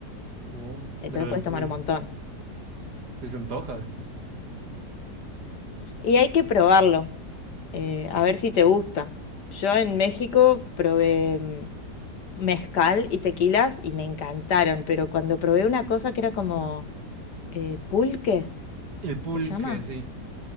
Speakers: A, on the right; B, on the left.
A: Oh,
B: Entonces
A: de ver
B: puedes
A: si
B: tomar un montón.
A: si se antoja.
B: Y hay que probarlo. eh, a ver si te gusta. Yo en México probé mm, mezcal y tequilas y me encantaron, pero cuando probé una cosa que era como eh, pulque,
A: <laughs> El pulque,
B: ¿se llama?
A: sí.